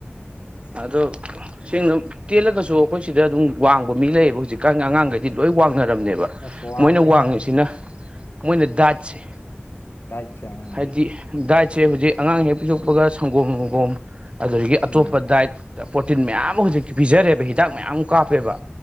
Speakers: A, on the right; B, on the left.
A: ꯑꯗꯣ ꯁꯤ ꯇꯦꯜꯂꯒꯁꯨ ꯑꯩꯈꯣꯏ ꯁꯤꯗ ꯑꯗꯨꯝ ꯋꯥꯡꯕ ꯃꯤ ꯂꯩꯌꯦꯕ ꯍꯧꯖꯤꯛꯀꯥꯟꯒꯤ ꯑꯉꯥꯡꯈꯩꯗꯤ ꯂꯣꯏ ꯋꯥꯡꯅꯔꯝꯅꯦꯕ
B: ꯑꯁ ꯋꯥꯡꯈ꯭ꯔꯦ
A: ꯃꯣꯏꯅ ꯋꯥꯡꯉꯤꯁꯤꯅ
B: ꯃꯣꯏ
A: ꯃꯣꯏꯅ ꯗꯥꯠꯁꯦ
B: ꯗꯥꯏꯠ ꯆꯪ
A: ꯍꯥꯏꯗꯤ ꯗꯥꯏꯠꯁꯦ ꯍꯧꯖꯤꯛ ꯑꯉꯥꯡ ꯍꯦꯛ ꯄꯤꯊꯣꯛꯄꯒ ꯁꯪꯒꯣꯝ ꯁꯪꯒꯣꯝ ꯑꯗꯨꯗꯒꯤ
B: ꯎꯝ
A: ꯑꯇꯣꯞꯄ ꯗꯥꯏꯠ ꯄ꯭ꯔꯣꯇꯤꯟ ꯃꯌꯥꯝ ꯑꯃ ꯍꯧꯖꯤꯛꯇꯤ ꯄꯤꯖꯔꯦꯕ ꯍꯤꯗꯥꯛ ꯃꯌꯥꯝ ꯑꯃ ꯀꯥꯞꯄꯦꯕ